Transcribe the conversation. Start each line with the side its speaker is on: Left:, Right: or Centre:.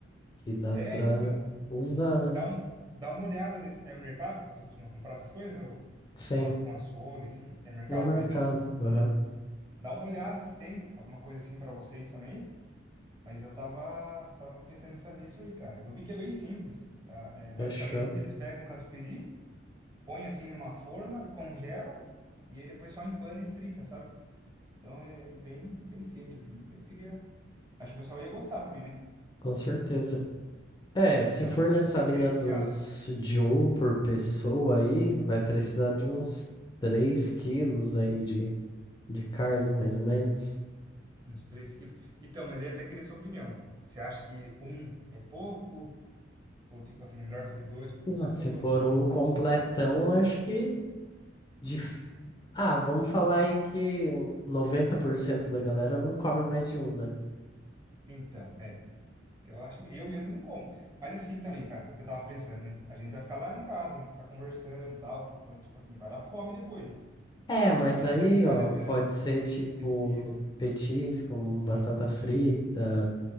Left: que dá
Right: É,
Left: pra
Right: então,
Left: usar, né?
Right: dá, um, dá uma olhada nesse... É mercado que você costuma comprar essas coisas? Ou,
Left: Sim,
Right: sei lá, algum açougue, assim? É mercado
Left: no mercado.
Right: mesmo.
Left: Aham.
Right: Dá uma olhada se tem alguma coisa assim para vocês também. Mas eu tava, tava pensando em fazer isso aí, cara. Eu vi que é bem simples. Ah, é, basicamente,
Left: Fechou.
Right: eles pegam um catupiry põe assim numa forma e congela, e aí depois só empana e frita, sabe? Então é bem, bem simples, assim. Eu queria. Acho que o pessoal ia gostar também, né?
Left: Com certeza. É, se
Right: Dá
Left: for
Right: uma
Left: nessa
Right: diferenciada,
Left: linha dos de um por pessoa aí, vai precisar de uns 3 quilos aí de, de carne, mais ou menos.
Right: uns três quilos. Então, mas aí até queria sua opinião. Você acha que um é pouco? Ou tipo assim, melhor fazer dois por pessoa?
Left: Ah, se for um completão, acho que de... Ah, vamos falar aí que o 90% da galera não come mais de um, né?
Right: Então, é. Eu acho, eu mesmo não como. Mas assim também, cara, o que eu tava pensando, né? A gente vai ficar lá em casa, a gente vai ficar conversando e tal. Então, tipo assim, vai dar fome depois.
Left: É, mas
Right: Aí
Left: aí,
Right: não sei se vale
Left: ó,
Right: a pena
Left: pode
Right: alguns
Left: ser
Right: pes-
Left: tipo
Right: petiscos.
Left: um petisco, um batata frita,